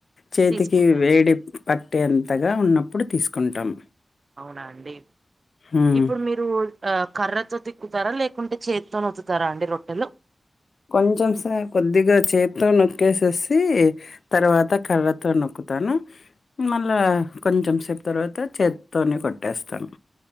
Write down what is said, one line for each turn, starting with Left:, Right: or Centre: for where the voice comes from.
Left: చేతికి
Right: తీసుకుంటారు
Left: వేడి పట్టే అంతగా ఉన్నప్పుడు తీసుకుంటాం
Right: అవునా అండి
Left: హ్మ్.
Right: ఇప్పుడు మీరు ఆ కర్రతో తిక్కుతారా లేకుంటే చేతితోని ఒత్తుతారా అండి రొట్టెలు
Left: కొంచెం సే కొద్దిగా చేతితో నొక్కేసేసి తర్వాత కర్రతో నొక్కుతాను మళ్ళా కొంచెం సేపు తర్వాత చేతితోనే కొట్టేస్తాను